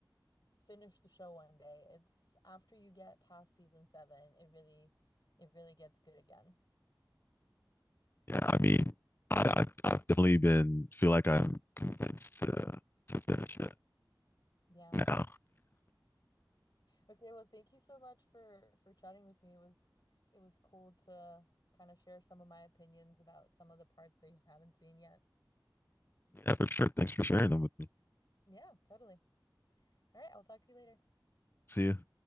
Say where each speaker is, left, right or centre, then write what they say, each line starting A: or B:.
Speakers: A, on the left; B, on the left.
A: finish the show one day. It's after you get past season seven, it really it really gets good again.
B: Yeah, I mean, I, I've, I've definitely been feel like I'm convinced to to finish it
A: Yeah.
B: now.
A: <laughs> Okay, well, thank you so much for for chatting with me. It was it was cool to kind of share some of my opinions about some of the parts that you haven't seen yet.
B: Yeah, for sure. Thanks for sharing them with me.
A: Yeah, totally. All right, I'll talk to you later.
B: See you.